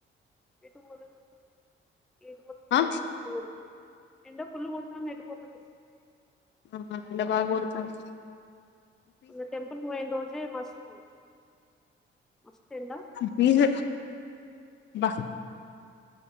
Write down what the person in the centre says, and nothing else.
ఏటు పోలేదు అక్క ఏటు పోతలే
ఎండ ఫుల్ కొడతాన్ ఎండ ఫుల్ కొడతాంది ఎటు పోతతే
వునా టెంపుల్ పోయిన రోజే మస్తు మస్తు ఎండ